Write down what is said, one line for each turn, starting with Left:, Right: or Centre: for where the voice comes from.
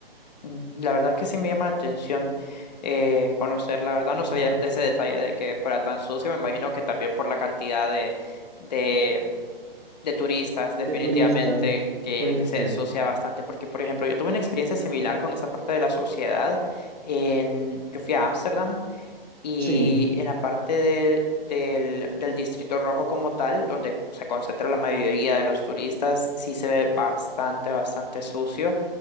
Left: Mm, La verdad es que sí me llama la atención eh, conocer, la verdad no
Right: <clears throat>
Left: sabía de ese detalle de que fuera tan sucio, me imagino que también por la cantidad de, de, de turistas definitivamente
Right: De turistas,
Left: que,
Right: puede
Left: que se
Right: ser.
Left: asocia bastante, porque por ejemplo yo tuve una experiencia similar con esa parte de la sociedad, en, yo fui a Ámsterdam y
Right: Sí,
Left: en la parte de- del, del Distrito Rojo como tal, donde se concentra la mayoría de los turistas, sí se ve bastante, bastante sucio